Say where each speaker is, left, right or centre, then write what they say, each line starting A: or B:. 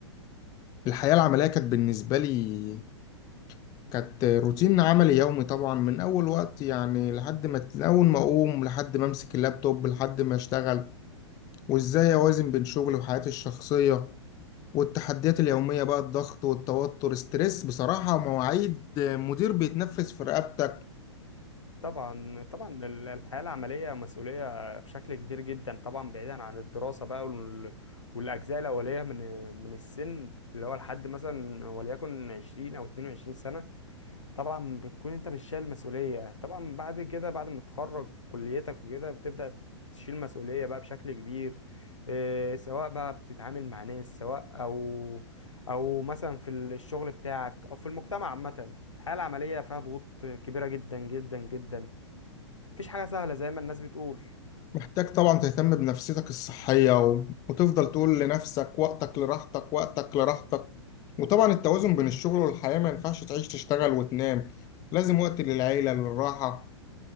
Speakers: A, on the left; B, on the left.
A: الحياة العملية كانت بالنسبة لي كانت روتين عملي يومي طبعا من اول وقت يعني لحد ما من اول ما اقوم لحد ما امسك اللابتوب لحد ما اشتغل وازاي اوازن بين شغلي وحياتي الشخصيه والتحديات اليوميه بقى الضغط والتوتر ستريس بصراحه ومواعيد مدير بيتنفس في رقبتك
B: طبعا طبعا ال- الحياة العملية مسؤولية بشكل كبير جدا طبعا بعيدا عن الدراسة بقى وال- والأجزاء الأولية من من السن اللي هو لحد مثلا وليكن 20 أو 22 سنة طبعا بتكون أنت مش شايل مسؤولية طبعا بعد كده بعد ما تتخرج كليتك وكده بتبدأ تشيل مسؤولية بقى بشكل كبير إيه، سواء بقى بتتعامل مع ناس سواء أو أو مثلا في الشغل بتاعك أو في المجتمع عامة الحياة العملية فيها ضغوط كبيرة جدا جدا جدا مفيش حاجة سهلة زي ما الناس بتقول
A: محتاج طبعا تهتم بنفسيتك الصحيه و... وتفضل تقول لنفسك وقتك لراحتك وقتك لراحتك وطبعا التوازن بين الشغل والحياه ما ينفعش تعيش تشتغل وتنام لازم وقت للعيله للراحه